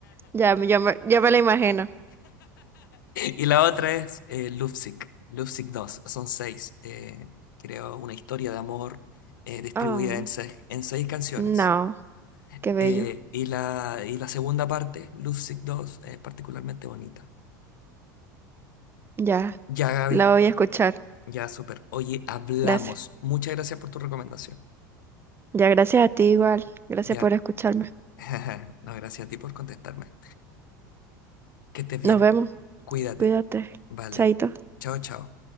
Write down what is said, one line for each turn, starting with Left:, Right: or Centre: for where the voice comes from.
Right: ya, me- yo me, yo me la imagino.
Left: Y la otra es eh, Lovesick. Lovesick 2. Son seis. eh, creo una historia de amor eh, distribuida
Right: Oh,
Left: en seis, en seis canciones.
Right: no, qué bello.
Left: Eh, y la, y la segunda parte, Love Sick 2, es particularmente bonita.
Right: Ya,
Left: Ya, Gaby,
Right: la voy a escuchar.
Left: ya, súper. Oye, hablamos.
Right: Gracias.
Left: Muchas gracias por tu recomendación.
Right: Ya, gracias a ti igual. Gracias
Left: Ya.
Right: por escucharme.
Left: <laughs> No, gracias a ti por contestarme. Que estés bien.
Right: Nos vemos.
Left: Cuídate.
Right: Cuídate.
Left: Vale.
Right: Chaito.
Left: Chao, chao.